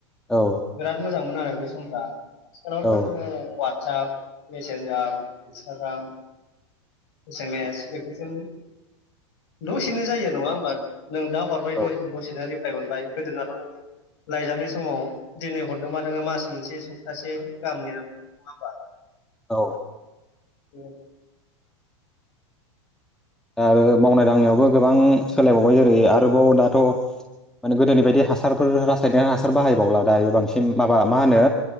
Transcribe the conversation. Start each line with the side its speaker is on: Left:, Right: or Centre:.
Centre: औ
Left: बिराद मोजांमोन आरो बे सम फोरा आथिखालावथ'
Centre: औ
Left: जोङो दा मिसेनजार इन्सताग्राम एसेमेस बेफोरजों दसेनो जायो नङा होमबा? नों दा हरबाय
Centre: औ
Left: दसेनो रिप्लाय मोनबाय गोदोनाथ' नों लाइजामनि समाव दिनै हरदोंबा नोङो मास मोनसे सप्तासे गाहामनि नेनांग- नङा होनबा?
Centre: औ
Left: औ
Centre: आरो मावनाय-दांनायावबो गोबां सोलायबावबाय जेरै आरोबाव दाथ' माने गोदोनि बायदि हासारफोर रासायनारि हासार बाहायबावला दायो बांसिन माबा मा होनो